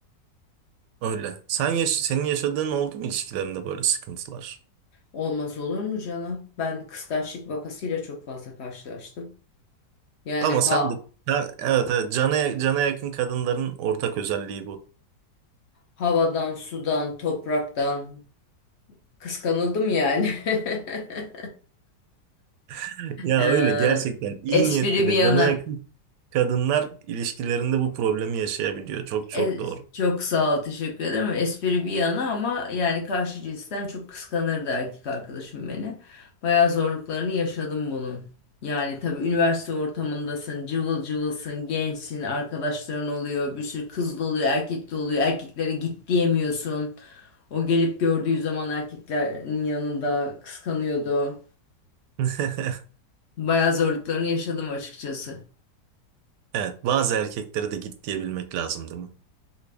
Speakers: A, on the right; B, on the left.
A: Öyle. Sen yaş- senin yaşadığın oldu mu ilişkilerinde böyle sıkıntılar?
B: Olmaz olur mu canım? Ben kıskançlık vakasıyla çok fazla karşılaştım. Yani
A: Ama
B: ha
A: sen de Ha, evet, evet cana, cana yakın kadınların ortak özelliği bu.
B: havadan, sudan, topraktan kıskanıldım yani. <laughs>
A: <laughs> Ya
B: Ee,
A: öyle gerçekten iyi
B: espri
A: niyetli
B: bir
A: ve
B: yana.
A: cana yakın kadınlar ilişkilerinde bu problemi yaşayabiliyor. Çok çok
B: E,
A: doğru.
B: çok sağ ol, teşekkür ederim. Espri bir yana ama yani karşı cinsten çok kıskanırdı erkek arkadaşım beni. Bayağı zorluklarını yaşadım bunun. Yani tabii üniversite ortamındasın, cıvıl cıvılsın, gençsin, arkadaşların oluyor, bir sürü kız da oluyor, erkek de oluyor. Erkeklere git diyemiyorsun. O gelip gördüğü zaman erkeklerin yanında kıskanıyordu.
A: <laughs>
B: Bayağı zorluklarını yaşadım açıkçası.
A: Evet, bazı erkeklere de git diyebilmek lazım değil mi?